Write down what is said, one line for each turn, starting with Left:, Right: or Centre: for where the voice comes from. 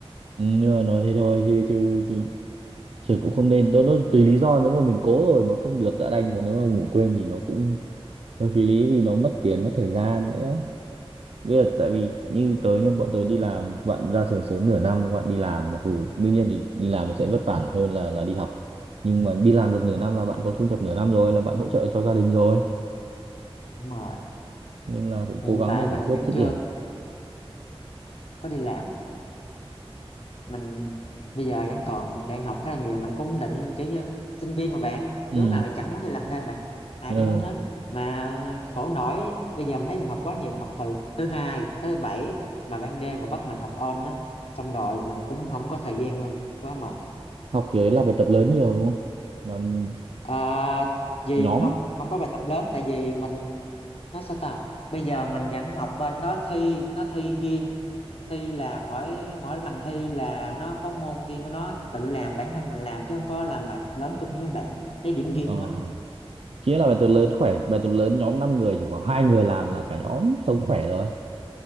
Right: nhưng mà nói thế thôi chứ chứ, chứ trượt cũng không nên nó, nó tùy lý do nếu mà mình cố rồi mà không được đã đành còn nếu mà ngủ quên thì nó cũng hơi phí lý vì nó mất tiền mất thời gian nữa. Bây giờ tại vì như tớ nhưng bọn tớ đi làm bạn ra trường sớm nửa năm các bạn đi làm mặc dù đương nhiên thì đi làm nó sẽ vất vả hơn là là đi học nhưng mà đi làm được nửa năm là bạn có thu nhập nửa năm rồi là bạn hỗ trợ cho gia đình rồi
Left: đúng rồi
Right: nên là cũng
Left: hiện
Right: cố gắng
Left: tại
Right: để giải
Left: mình
Right: quyết
Left: vẫn
Right: dứt
Left: chưa
Right: điểm
Left: có đi làm mình bây giờ vẫn còn đang học khá là nhiều mình cũng định kiểu như sinh viên mà bạn
Right: ừ.
Left: đứa nào thì chẳng muốn đi làm thêm bạn ai
Right: ừ.
Left: cũng muốn hết mà khổ nổi bây giờ mình thấy mình học quá nhiều mình học từ thứ hai tới thứ bảy mà ban đêm còn bắt mình học on á xong rồi mình cũng không có thời gian luôn quá mệt
Right: học thì ấy là bài tập lớn nhiều đúng không làm
Left: Ờ, gì
Right: nhóm
Left: không không có bài tập lớn tại vì mình nó sao ta bây giờ mình vẫn học bên đó thi nó thi riêng thi là mỗi mỗi lần thi là nó có môn riêng của nó tự làm bản thân mình làm chứ không có làm bài tập lớn chung với mấy bạn lấy điểm riêng
Right: ờ.
Left: luôn á
Right: chỉ là bài tập lớn khỏe bài tập lớn nhóm 5 người chỉ khoảng hai người làm là cả nhóm sống khỏe rồi